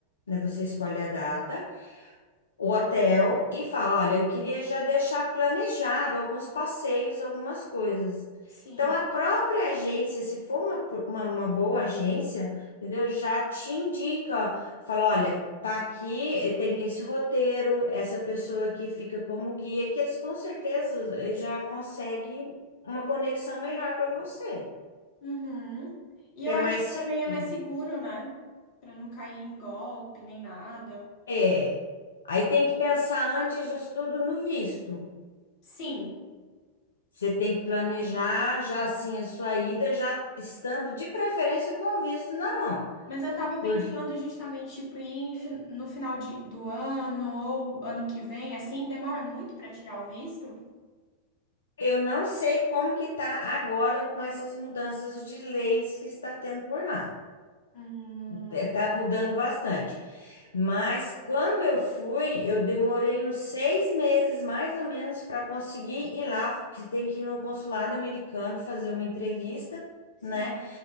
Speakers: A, on the left (about 70°); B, on the left (about 45°).
A: né? Você escolhe a data o hotel e fala: Olha, eu queria já deixar planejado alguns passeios, algumas coisas.
B: Sim.
A: Então, a própria agência, se for uma, pro- uma, uma boa agência, entendeu? Já te indica, fala: Olha, tá aqui, eh, tem esse roteiro, essa pessoa aqui fica como guia, que eles com certeza eh, já conseguem uma conexão melhor para você,
B: Uhum. E
A: que
B: eu
A: é
B: acho
A: mais
B: que
A: seguro.
B: também é mais seguro, né? Pra não cair em golpe nem nada.
A: É. Aí tem que pensar antes disso tudo no visto.
B: Sim.
A: Você tem que planejar já assim a sua ida, já estando de preferência com o visto na mão.
B: Mas eu tava pensando
A: Porque
B: justamente, tipo, ir em fin- no final de, do ano ou ano que vem, assim, demora muito pra tirar o visto?
A: eu não sei como que tá agora com essas mudanças de leis que está tendo por lá.
B: Hum.
A: Está mudando bastante. Mas quando eu fui, eu demorei uns seis meses mais ou menos para conseguir ir lá. Você tem que ir no consulado americano fazer uma entrevista,
B: Sim.
A: né?